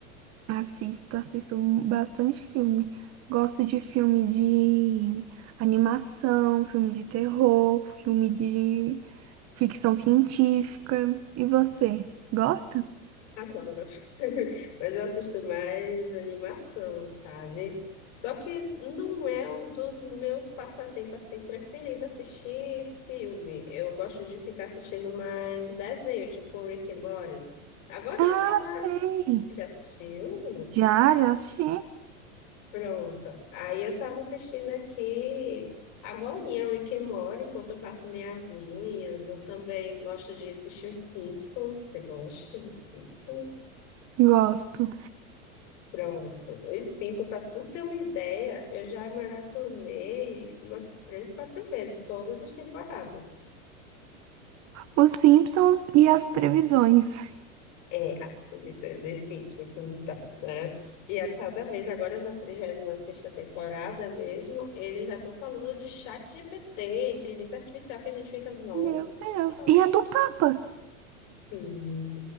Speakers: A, on the right; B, on the left.
A: Assisto, assisto bastante filme. Gosto de filme de animação, filme de terror, filme de ficção científica. E você, gosta?
B: Adoro. <laughs> Mas eu assisto mais animação, sabe? Só que não é um dos meus passatempos assim preferidos assistir filme. Eu gosto de ficar assistindo mais desenho, tipo Rick and Morty. Agora
A: Ah,
B: eu tava.
A: sei.
B: Já assistiu?
A: Já, já assisti.
B: Pronto. Aí eu tava assistindo aqui. Agorinha, Rick and Morty, enquanto eu faço minhas unhas. Eu também gosto de assistir os Simpsons. Você gosta dos Simpsons?
A: Gosto.
B: Pronto. E sim, para tu ter uma ideia, eu já maratonei umas três, quatro vezes, todas as temporadas.
A: Os Simpsons e as previsões.
B: É, as primeiras de Simpsons, então, né? E a cada vez, agora na trigésima sexta temporada mesmo, eles já estão falando de chat GPT, inteligência artificial, que a gente fica, nossa,
A: Meu Deus. E a do Papa.
B: Sim,